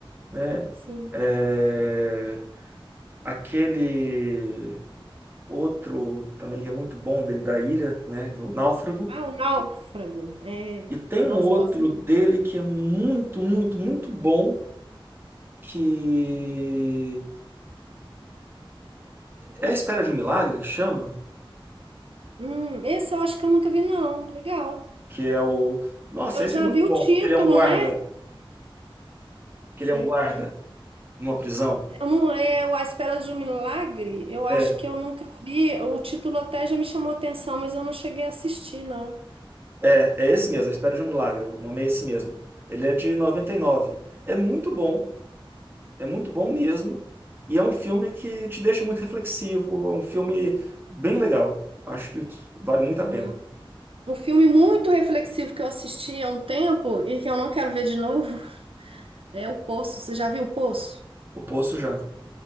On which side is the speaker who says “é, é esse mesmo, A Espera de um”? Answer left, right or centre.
Right